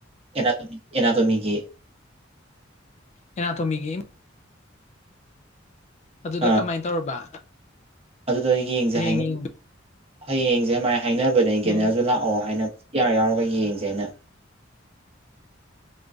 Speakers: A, on the right (about 30°); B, on the left (about 35°).
A: ꯑꯦꯅꯥ ꯑꯦꯅꯥꯇꯃꯤꯒꯤꯦ
B: ꯑꯦꯅꯥ ꯇꯣꯃꯤꯒꯤ ꯑꯗꯨꯗ
A: ꯑꯥ
B: ꯀꯃꯥꯏꯅ ꯇꯧꯔꯕ
A: ꯑꯗꯨꯗꯣ ꯑꯩ ꯌꯦꯡꯁꯦ
B: ꯍꯌꯦꯡ
A: ꯍꯥꯏ
B: ꯌꯦꯡ
A: ꯍꯌꯦ ꯌꯦꯡꯁꯦ ꯃꯥꯥꯏ ꯍꯥꯏꯅꯕꯅꯦ ꯀꯦꯅꯔꯁꯨ
B: ꯎꯝ
A: ꯂꯥꯛꯑꯣ ꯍꯥꯏꯅ ꯌꯥꯔ ꯌꯥꯎꯔꯒ ꯌꯦꯡꯖꯦ ꯑꯩꯅ